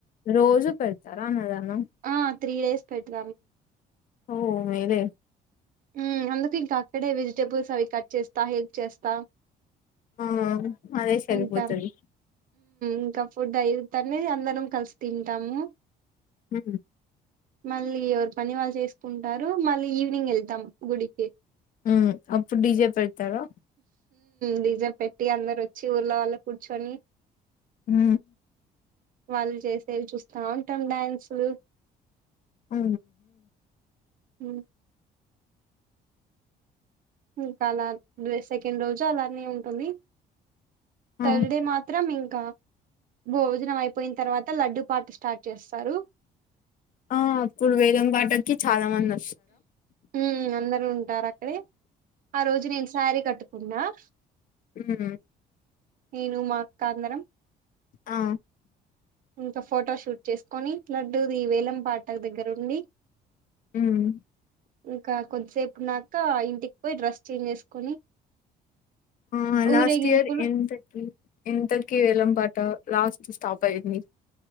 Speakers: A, on the left (about 55°); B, on the right (about 55°).
A: రోజూ పెడతారా అన్నదానం
B: ఆ త్రీ డేస్ పెట్త
A: ఓ మేర
B: ఉ అ ఇంక అక్కడ వెజటబుల్స్ అవి కట్ చేస్త హెల్ప్ చేస్త
A: ఆ అదే చగిపోతుంది
B: ఉంటాం ఇంకా ఫుడ్ అయి అనేది అందరం కలిసి తింటాము
A: హ
B: మళ్ళీ ఎవరు పని వాళ్ళు చేసుకుంటారు మళ్ళీ ఈవినింగ్ వెళ్తు దమ్ గుడికి
A: హ అప్పుడు డిజే పెడతారా
B: డీజే పెట్టి అందరు వచ్చి ఊర్ళ వాళ్ళ కూర్చొని
A: హ
B: వాళ్ళు చేసేవి చూస్తా ఉంటాం డ్యాన్సులు
A: ఆ
B: హ్మ్ ఇంకా అలా సెకండ్ రోజు అలానే ఉంటుంది
A: ఆ
B: థర్డే మాత్రం ఇంకా భోజనం అయిపోయిన తర్వాత లడ్డు పాట స్టార్ట్ చేస్తారు
A: ఆ అప్పుడు వేదంపాటకి చాలా మంది ఉ
B: హ్మ్ అందరూ ఉంటు డార అక్కడే ఆ రోజు నేను శారీ కట్టుకున్నా <inaudible>
A: హ్మ్మ్
B: నేను మా కాందరం
A: ఆ
B: ఇంకా ఫోటో షూట్ చేసుకొని లడ్డుది ఈ వేలం పాట దగ్గర ఉండి
A: మ్మ్
B: ఇకా కొద్ధి సేపున్నాక ఇంటికి పోయి డ్రెస్ చేంజ్ చేసుకొని
A: ఆ లాస్ట్
B: ఊరేగింపులు
A: ఇయర్ ఎం తకి ఇంతకి వెళ్లం పాట లాస్ట్ స్టాప్ అయింది